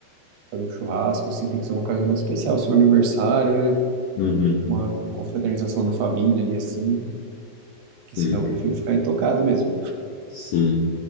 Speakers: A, on the right; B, on the left.
A: fazer um churrasco, assim, tem que ser uma ocasião muito especial, assim, um aniversário, né?
B: uhum,
A: Uma confraternização da família ali, assim, porque
B: sim,
A: senão eu
B: cara,
A: prefiro ficar intocado mesmo.
B: sim.